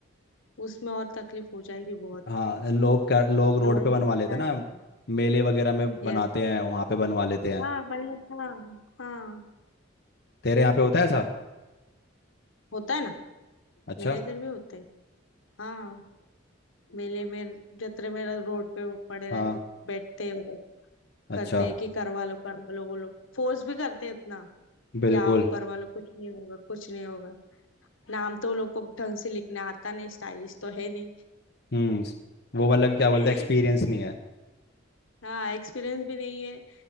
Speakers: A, on the left; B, on the left.
A: उसमें और तकलीफ हो जाएगी बहुत
B: हाँ लोग कर, लोग रोड
A: और
B: पे बनवा
A: दिक्कत
B: लेते
A: आ
B: हैं ना
A: जाएगी
B: मेले वगैरह में बनाते
A: यस
B: हैं वहाँ पे बनवा लेते हैं
A: हाँ भले हाँ हाँ
B: तेरे यहाँ पे होता है ऐसा
A: होता है ना
B: अच्छा
A: मेरे इधर भी होता है हाँ मेले में जत्रे में रोड पे वो पड़े
B: हाँ
A: रह- बैठते हैं और
B: अच्छा
A: करते हैं कि करवा लो करवा लो वो लोग फोर्स भी करते हैं इतना
B: बिल्कुल
A: कि आओ करवा लो कुछ नहीं होगा कुछ नहीं होगा नाम तो वो लोग को ढंग से लिखना आता नहीं स्टाइलिश तो है नहीं
B: हम्म वो मतलब कि क्या
A: <laughs>
B: बोलते हैं एक्सपीरियंस नहीं है
A: हाँ एक्सपीरियंस भी नहीं है